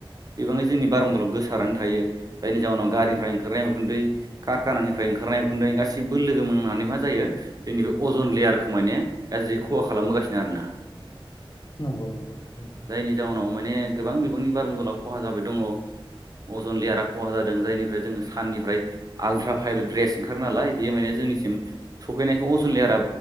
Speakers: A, on the right; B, on the left.
A: बिबाङै जोंनि बारमदलाव गोसारानानै थायो जायनि जाउनाव गारिनिफ्राय ओंखारनाय उखुन्दै कारखाननिफ्राय ओंखारनाय उखुन्दै गासिबो लोगो मोननानै मा जायो जोंनि बेजन लेयारखौ माने गाज्रि खहा खालामबोगासिनो आरोना
B: नंगौ नंगौ थारै
A: जायनि जाहनाव माने गोबां बिबांनि बार बदला खहा जाबाय दङ अजन लेयारा खहा जादों जायनिफ्राय जोङो साननिफ्राय आलट्रा भाइले द्रेस सिंखार नालाय बेयो माने जोंनिसिम सफैनायखौ अजन लेयारा